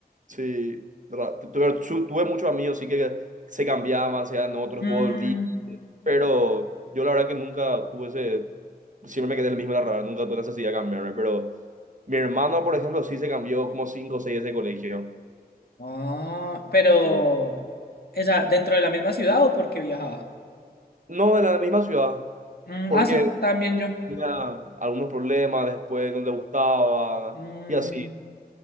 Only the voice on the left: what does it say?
Mm.
Ah, pero,
esa ¿dentro de la misma ciudad o porque viajaba?
Mm,
ah, sí, también yo.
Mm,